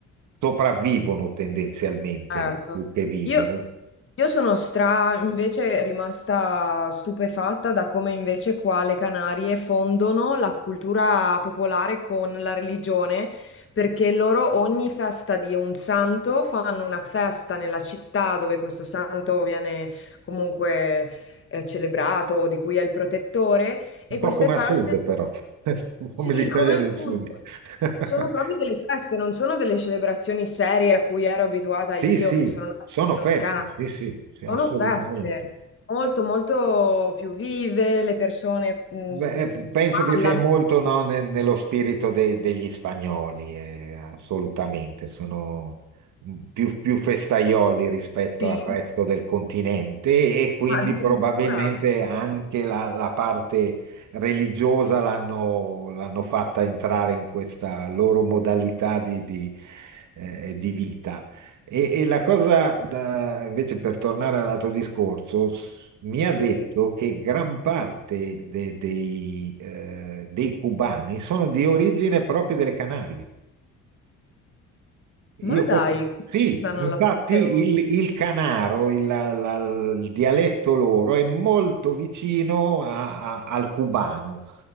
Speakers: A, on the right; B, on the left.
A: sopravvivono tendenzialmente
B: Certo.
A: lì, più che vivere.
B: Io, io sono stra invece rimasta stupefatta da come invece qua le Canarie fondono la cultura popolare con la religione, perché loro ogni festa di un santo fanno una festa nella città dove questo santo viene comunque eh, celebrato, di cui è il protettore, e
A: Un
B: queste
A: po' come
B: feste
A: a sud, però, <laughs>
B: Sì,
A: come l'Italia
B: come al
A: del
B: sud.
A: Sud. <laughs>
B: Sono proprio delle feste, non sono delle celebrazioni serie a cui ero abituata io,
A: Sì, sì,
B: che sono nata
A: sono
B: in Toscana.
A: feste, sì, sì, sì, assolutamente.
B: Sono feste molto, molto più vive, le persone mm,
A: Beh, eh, penso che
B: ballano,
A: sia molto, no, ne- nello spirito de- degli spagnoli, eh, assolutamente, sono più, più festaioli rispetto
B: sì.
A: al resto del continente e quindi
B: Ma addirittura...
A: probabilmente anche la, la parte religiosa l'hanno l'hanno fatta entrare in questa loro modalità di di, eh, di vita. E, e la cosa, da- invece, per tornare all'altro discorso, s- mi ha detto
B: Sì.
A: che gran parte de- dei, eh, dei cubani sono di origine proprio delle Canarie. Io
B: Ma dai,
A: questo- sì,
B: cosa non
A: infatti
B: la sapevo.
A: il, il canaro, il, la- la- il dialetto loro è molto vicino a- a- al cubano,